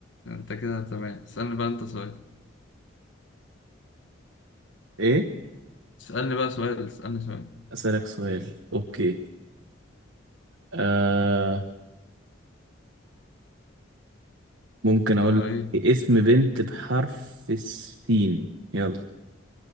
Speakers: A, on the left; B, on the right.
A: انت كده تمام اسألني بقى انت سؤال
B: إيه
A: اسألني بقى سؤال اسألني سؤال
B: أسألك سؤال أوكي آه ممكن أقول
A: آه
B: لك
A: ايه
B: اسم بنت بحرف السين يلا